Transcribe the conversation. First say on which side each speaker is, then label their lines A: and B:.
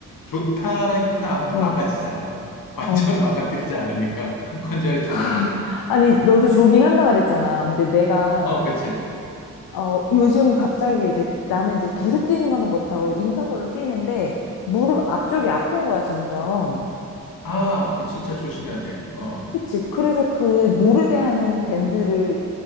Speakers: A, on the left; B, on the left.
A: 좋다라기보다 아무튼
B: 어,
A: 망가지질 않아. 관절
B: 어.
A: 망가뜨리지 않으니까 <laughs> 관절에 좋은
B: <laughs>
A: 거지.
B: 아니, 너도 조깅 한다 그랬잖아. 근데 내가,
A: 어, 그렇지.
B: 어, 요즘 갑자기 이제 나는 이제 계속 뛰는 거는 못하고 인터벌로 뛰는데 무릎 앞쪽이 아픈 거야, 점점.
A: 아, 그 진짜 조심해야 돼. 어.
B: 그치. 그래서 그 무릎에 하는 밴드를